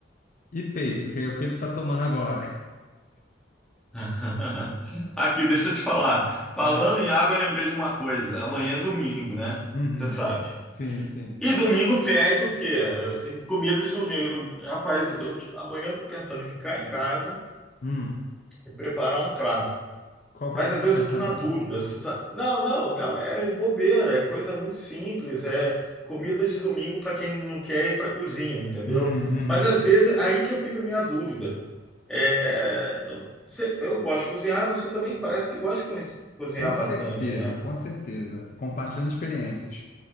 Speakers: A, on the left; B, in the centre.
A: E peito, que é o que ele tá tomando agora.
B: <laughs> Aqui, deixa eu te falar. Falando
A: <laughs> Fala aí.
B: em água, eu lembrei de uma coisa. Amanhã é domingo, né?
A: Uhum.
B: Você sabe.
A: Sim, sim.
B: E domingo pede o quê? Tem comida de domingo. Rapaz, eu- amanhã eu tô pensando em ficar em casa
A: Hum.
B: e preparar um prato.
A: Qual
B: Mas
A: prato
B: às
A: tu
B: vezes
A: tá
B: eu
A: pensando?
B: fico na dúvida. se sa- Não, não, é, é bobeira, é coisa muito simples. É comida de domingo para quem não quer ir para cozinha, entendeu?
A: Uhum, uhum.
B: Mas às vezes aí que eu fico a minha dúvida. É, eu, você- eu gosto de cozinhar, você também parece que gosta de conhece- cozinhar
A: Com
B: bastante,
A: certeza,
B: né?
A: com certeza. Compartilhando experiências.